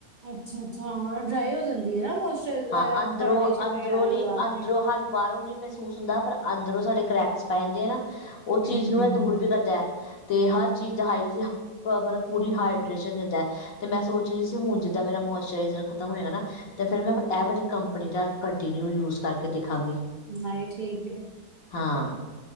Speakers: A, on the right; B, on the left.
A: ਅੱਛਾ-ਅੱਛਾ ਹਾਂ ਡਰਾਈ ਹੋ ਜਾਂਦੀ ਹੈ ਨਾ ਮਾਸਚਰਾਈਜਰ
B: ਹਾਂ ਅੰਦਰੋਂ
A: ਫਾਊਂਡੇਸ਼ਨ
B: ਅੰਦਰੋਂ
A: ਵਗੈਰਾ
B: ਦੀ
A: ਲਗਾ
B: ਅੰਦਰੋਂ
A: ਕੇ।
B: ਸਾਨੂੰ ਬਾਹਰੋਂ ਨਹੀ ਮਹਿਸੂਸ ਹੁੰਦਾ ਪਰ ਅੰਦਰੋਂ ਸਾਡੇ ਕਰੈਕਸ ਪੈ ਜਾਂਦੇ ਆ। ਉਹ ਚੀਜ਼
A: ਹਮ
B: ਨੂੰ
A: ਹਮ
B: ਇਹ ਦੂਰ ਵੀ ਕਰਦਾ ਹੈ। ਤੇ ਹਰ ਚੀਜ਼ ਦਾ ਹਾਈ ਮਤਲਬ ਪੂਰੀ ਹਾਈਡਰੇਸ਼ਨ ਦਿੰਦਾ। ਤੇ ਮੈਂ ਸੋਚ ਰਹੀ ਸੀ ਹੁਣ ਜਿੱਦਾਂ ਮੇਰਾ ਮੋਇਸਚਰਾਈਜਰ ਖਤਮ ਹਏਗਾ ਨਾ। ਤੇ ਫੇਰ ਮੈਂ ਇਹ ਵਾਲੀ ਕੰਪਨੀ ਦਾ ਕੰਟੀਨਿਊ ਯੂਜ ਕਰਕੇ ਦੇਖਾਂਗੀ।
A: ਨਹੀਂ ਠੀਕ ਹੈ।
B: ਹਾਂ।